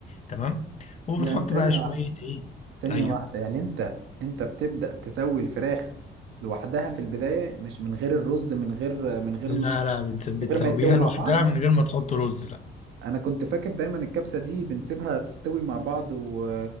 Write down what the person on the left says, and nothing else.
تمام وبتحط
بقى شوية
ايه
ايوه
لا
لا بتس- بتسويها
لوحدها
من غير ما تحط رز لا